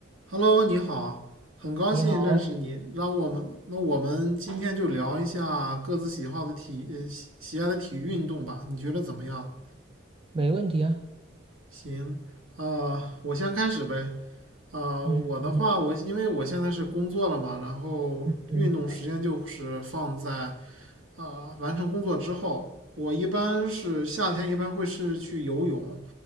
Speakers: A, on the right; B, on the right.
A: Hello，你好，很高兴认识你。
B: 你好，
A: 让我们，那我们今天就聊一下各自喜好的体，呃，喜喜爱的体育运动吧。你觉得怎么样？
B: 没问题啊。
A: 行，呃，我先开始呗。啊、
B: 嗯嗯
A: 我的话，我因为我现在是工作了嘛，然后运动时间就是放在
B: 嗯
A: 啊、完成工作之后。我一般是夏天一般会是去游泳，